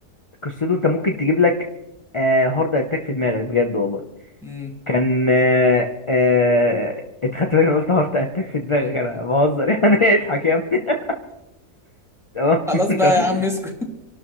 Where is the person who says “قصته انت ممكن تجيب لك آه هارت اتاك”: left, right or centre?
Left